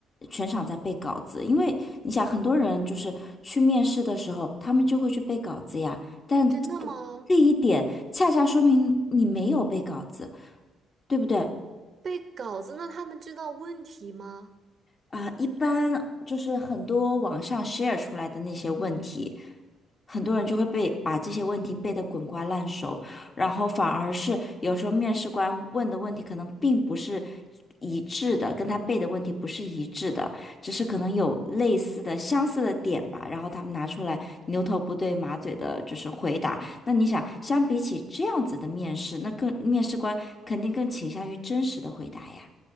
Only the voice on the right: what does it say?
真的吗？
背稿子，那他们知道问题吗？
啊。